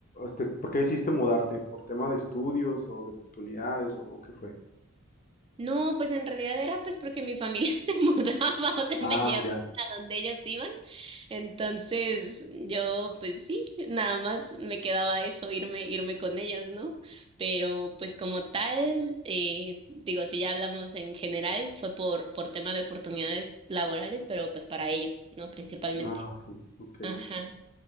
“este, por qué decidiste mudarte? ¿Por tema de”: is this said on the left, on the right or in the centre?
Left